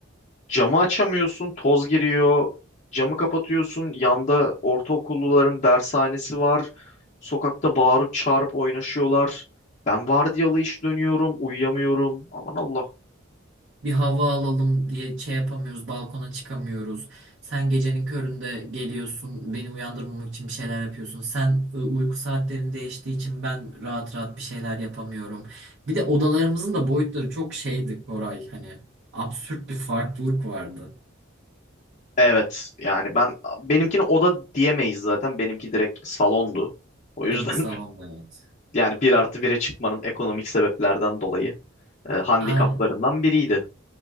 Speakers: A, on the left (about 40°); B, on the right (about 60°).
A: camı açamıyorsun, toz giriyor. Camı kapatıyorsun. Yanda ortaokulluların dershanesi var. Sokakta bağırıp çağırıp oynaşıyorlar. Ben vardiyalı iş dönüyorum, uyuyamıyorum. Aman Allah.
B: bir hava alalım diye şey yapamıyoruz, balkona çıkamıyoruz. Sen gecenin köründe geliyorsun, beni uyandırmamak için bir şeyler yapıyorsun. Sen e, uyku saatlerin değiştiği için ben rahat rahat bir şeyler yapamıyorum. Bir de odalarımızın da boyutları çok şeydi Koray hani absürt bir farklılık vardı.
A: Evet yani ben benimkini oda diyemeyiz zaten. Benimki direkt salondu. O yüzden
B: Seninki salonda evet.
A: <laughs> yani bir artı bire çıkmanın ekonomik sebeplerden dolayı e, handikaplarından
B: Aynen.
A: biriydi.